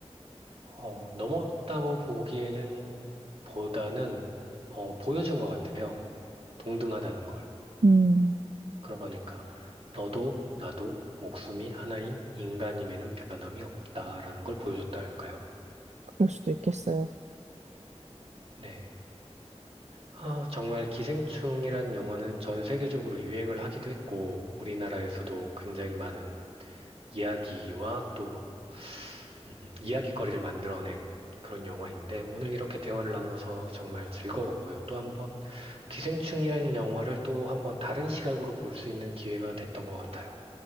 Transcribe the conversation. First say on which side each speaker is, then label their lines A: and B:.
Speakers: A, on the right (about 55°); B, on the right (about 85°).
A: 어, 넘었다고 보기에는 보다는 어, 보여준 것 같아요. 동등하다는 걸.
B: 음,
A: 그러니까 너도 나도 목숨이 하나인 인간임에는 변함이 없다라는 걸 보여줬다 할까요?
B: 그럴 수도 있겠어요.
A: 네. 아, 정말 기생충이란 영화는 전 세계적으로 유행을 하기도 했고, 우리나라에서도 굉장히 많은 이야기와 또 음, 이야기거리를 만들어낸 그런 영화인데, 오늘 이렇게 대화를 나눠서 정말 즐거웠고요. 또 한 번, 기생충이라는 영화를 또 한 번 다른 시각으로 볼 수 있는 기회가 됐던 것 같아요.